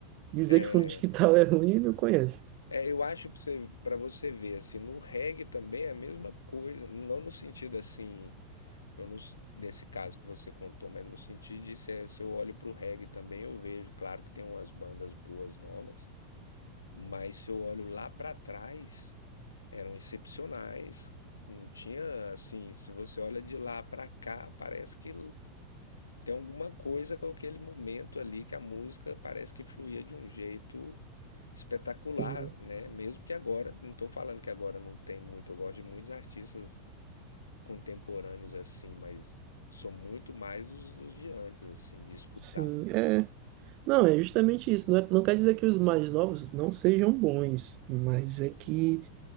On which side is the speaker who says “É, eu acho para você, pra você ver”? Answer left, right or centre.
Left